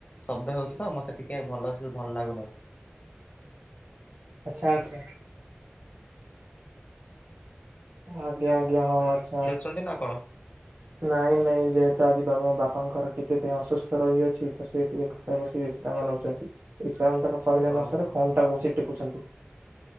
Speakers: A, on the left (about 40°); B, on the right (about 80°).
A: ଶବ୍ଦ ହେଉଛି ତ ମତେ ଟିକେ ଭଲ ସେ ଭଲ ଲାଗୁନି।
B: ଆଚ୍ଛା ଆଚ୍ଛା। ଆଜ୍ଞା ଆଜ୍ଞା ହଁ ଆଚ୍ଛା।
A: ଚନ୍ତି ନା କଣ?
B: ନାଇଁ ନାଇଁ ଯେହେତୁ ଆଜି ବାବା ମୋ ବାପାଙ୍କର ଟିକେ ଦେହ ଅସୁସ୍ଥ ରହିଅଛି ତ ସିଏ ଟିକେ ତ ବସି ବିଶ୍ରାମ ନଉଛନ୍ତି ବିଶ୍ରାମ ତାଙ୍କୁ କହିଲେ ନ
A: ଓହୋ
B: ସରେ ଫୋନ ଟାକୁ ବସି ଟିପୁଛନ୍ତି।